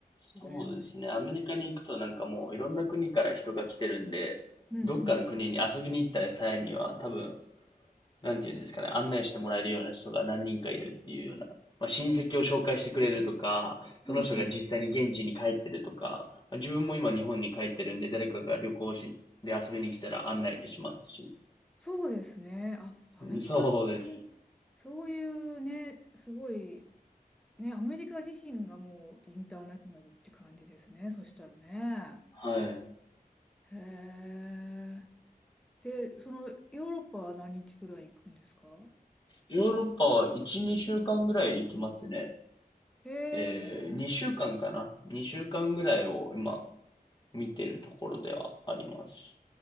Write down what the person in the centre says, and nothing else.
羨ましい
うんうん。
うんうん。
そうですね。あ、アメリカって
そういうね、すごい、ね、アメリカ自身がもうインターナショナルって感じですね。そしたらね。
へえ。で、そのヨーロッパは何日くらい行くんですか
へえ。